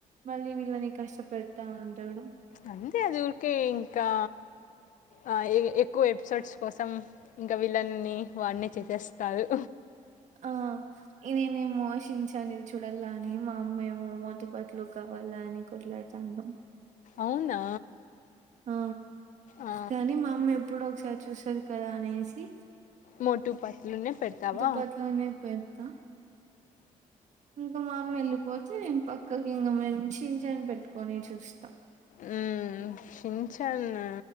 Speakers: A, on the right; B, on the left.
A: మళ్ళీ వీళ్ళని కష్టపడతా ఉంటాడు
B: అంతే అది కేే ఇంకా ఆ ఇవే ఎక్కువ ఎపిసోడ్స్ కోసం ఇంకా వీళ్ళని వాడినే చేసేస్తారు
A: ఆ నేనేమో షించాను ఇది చూడాల అని మా అమ్మేమో మోటూ పత్లు కావాలా అని కొట్లాడతా ఉంటాం
B: అవునా!
A: ఆ
B: ఆ!
A: కానీ మామ్మ ఎప్పుడు ఒకసారి చూసేది కదా అనేసి
B: మోటూ పత్లునే పెడతవా
A: ప్పట్లోనే పెద్ద ఇంకా మా <unintelligible> వెళ్ళిపోతే నేను పక్కకి ఇంకా మేం షిన్ షాన్ పెట్టుకొని చూస్తా
B: మ్మ్ <unintelligible> టాన్నా